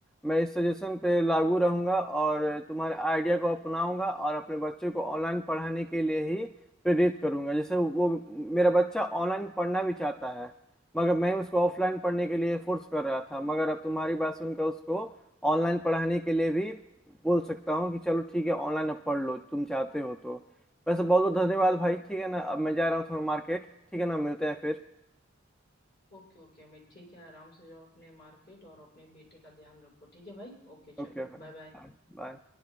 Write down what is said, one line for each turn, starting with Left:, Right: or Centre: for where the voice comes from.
Centre: मैं इस सजेशन पे लागू रहूंगा और तुम्हारे आइडिया को अपनाऊंगा और अपने बच्चे को ऑनलाइन पढ़ाने के लिए ही प्रेरित करूंगा जैसे वो मेरा बच्चा ऑनलाइन पढ़ना भी चाहता है मगर मैं उसको ऑफलाइन पढ़ने के लिए फोर्स कर रहा था मगर अब तुम्हारी बात सुनकर उसको ऑनलाइन पढ़ाने के लिए भी बोल सकता हूँ कि चलो ठीक है ऑनलाइन अब पढ़ लो तुम चाहते हो तो वैसे बहुत बहुत धन्यवाद भाई ठीक है ना अब मैं जा रहा हूँ थोड़ा मार्केट ठीक है ना मिलते हैं फिर
Left: ओके ओके मैं ठीक है आराम से जाओ अपने मार्केट और अपने बेटे का ध्यान रखो ठीक है भाई ओके चलो
Centre: ओके भाई,
Left: बाय बाय
Centre: बाय